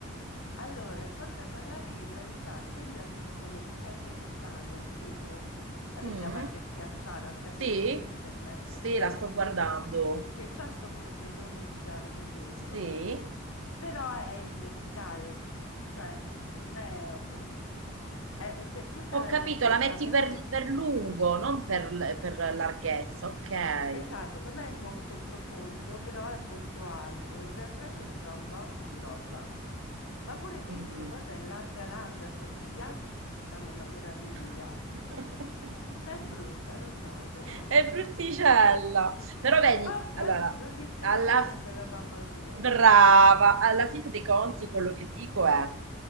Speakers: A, on the left (about 80°); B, on the right (about 65°).
A: Allora, il portabagagli in realtà sembra piccolo perché è verticale, è dietro. La vedi
B: Mm?
A: la parte schiacciata? Sta
B: Sì,
A: a vedere su internet?
B: sì,
A: Eh,
B: la sto guardando.
A: che c'ha sto portellone gigante dietro,
B: Sì,
A: però è in verticale, cioè non è, ori- è per tutta
B: ho
A: la
B: capito,
A: larghezza,
B: la metti
A: però
B: per,
A: no.
B: per lungo, non per, l- per larghezza, ok.
A: Esatto, non è molto profondo, però è molto alto. In realtà c'entra un botto di roba. Ma pure dentro,
B: Mm.
A: guarda, è larga larga, cioè i viaggi ci si fanno una meraviglia.
B: <laughs>
A: È brutta, lo so, però
B: È brutticella. Però vedi,
A: ho capito,
B: allora,
A: ogni scarafone
B: alla
A: è bella mamma sua,
B: Brava,
A: ma guarda.
B: alla
A: <laughs>
B: fine dei conti quello che dico è,